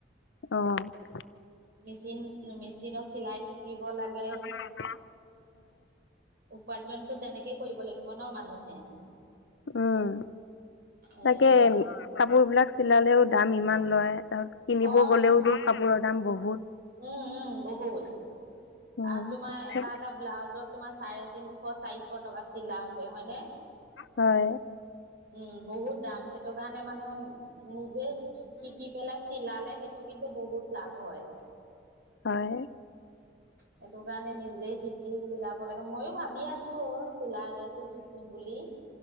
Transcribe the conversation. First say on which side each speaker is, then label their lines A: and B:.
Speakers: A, on the left; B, on the right.
A: অ'।
B: মেচিন মেচিনত চিলাই শিকিব লাগে।
A: অ <unintelligible>
B: উপাৰ্জনতো তেনেকেই কৰিব লাগিব ন মানুহে।
A: উম।
B: এয়া
A: তাকে
B: তেনেকে
A: কাপোৰ বিলাক চিলালেও দাম ইমান লয়। কিনিব
B: অ
A: গ'লেওঁ কাপোৰৰ দাম বহুত।
B: উম, উম বহুত।
A: উম
B: আৰু তোমাৰ এটা এটা ব্লাউজত তোমাৰ চাৰে তিনিশ চাৰিশ টকা চিলাওঁতে হয়নে?
A: হয়।
B: উম, বহুত দাম সেইটো কাৰণে মানে নিজেই শিকি পেলাই চিলালে সেইটো কিন্তু বহুত লাভ হয়।
A: হয়।
B: সেইটো কাৰণে নিজে শিকি চিলাব লাগে। ময়ো ভাবি আছো অ' চিলাইটো শিকিম বুলি।